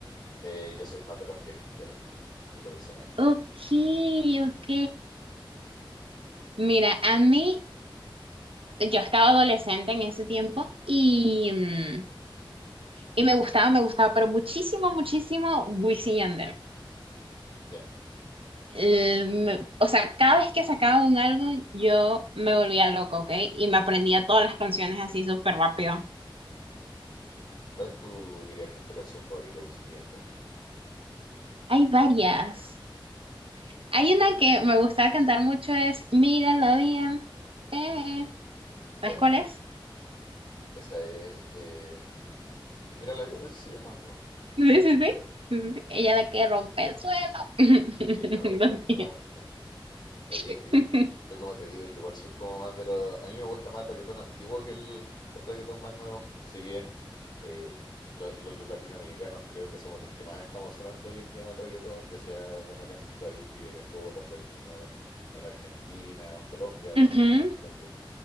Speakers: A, on the left; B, on the right.
A: Eh, yo soy más de las viejas escuelas, en lo personal.
B: Ok, ok. Mira, a mí, yo estaba adolescente en ese tiempo y, mm, y me gustaba, me gustaba, pero muchísimo, muchísimo Wisin y Yandel.
A: Ya.
B: El- me- o sea, cada vez que sacaba un álbum, yo me volvía loca, ¿ok? Y me aprendía todas las canciones así súper rápido.
A: ¿Cuál es tu, dirías que es tu canción favorita de Wisin y Yandel?
B: Hay varias. Hay una que me gusta cantar mucho es Mírala bien. Eh,
A: Ya.
B: ¿sabes cuál es?
A: Esa es. eh, mira la vida, así se llama, ¿o no?
B: <laughs> sí, sí. Sí, sí, sí. Ella la que rompe el suelo. <laughs>
A: Sí, no, buen
B: Lo
A: tema,
B: siento.
A: buen tema. Oye,
B: <laughs>
A: eh, yo como te digo, yo igual soy como más de los. A mí me gusta más el reggaetón antiguo que el, que el reggaetón más nuevo. Si bien eh, lo- lo- los latinoamericanos creo que somos los que más estamos sonando hoy en día en el reggaetón, ya sea, bueno, acá en mi país, Cris M j Floyd Menor, o en Argentina, o en Colombia también,
B: Ujú.
A: en Colombia.